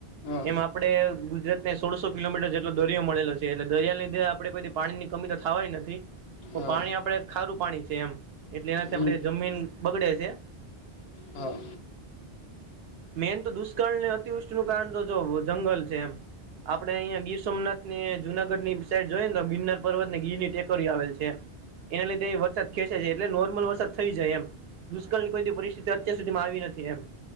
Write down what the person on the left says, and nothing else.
હા
હા
હમ
હા